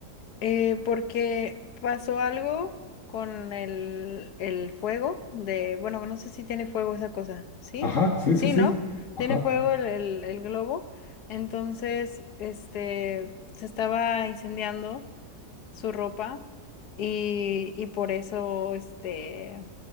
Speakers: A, on the left; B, on the left.
A: Eh, porque pasó algo con el, el fuego de, bueno, no sé si tiene fuego esa cosa, ¿sí?
B: Ajá, sí,
A: Sí,
B: sí, sí.
A: ¿no?
B: Ajá.
A: Tiene fuego el, el el globo. Entonces, este, se estaba incendiando. su ropa y, y por eso, este,